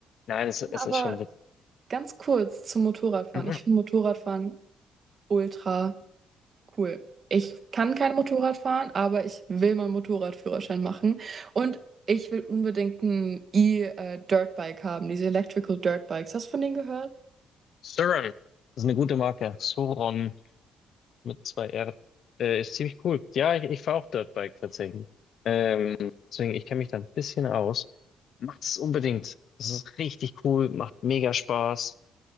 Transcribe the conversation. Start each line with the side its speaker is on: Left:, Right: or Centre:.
Left: nein, es, es
Right: aber
Left: ist schon witzig.
Right: ganz kurz zum Motorradfahren.
Left: Mhm.
Right: Ich finde Motorradfahren ultra cool. Ich kann kein Motorrad fahren, aber ich will meinen Motorradführerschein machen. Und ich will unbedingt ein E-Dirtbike haben, diese Electrical Dirtbikes. Hast du von denen gehört?
Left: Suron Das ist eine gute Marke. Suron mit zwei R. Äh, ist ziemlich cool. Ja, ich, ich fahre auch Dirtbike tatsächlich. Ähm, deswegen, ich kenne mich da ein bisschen aus. Macht es unbedingt. Das ist richtig cool, macht mega Spaß.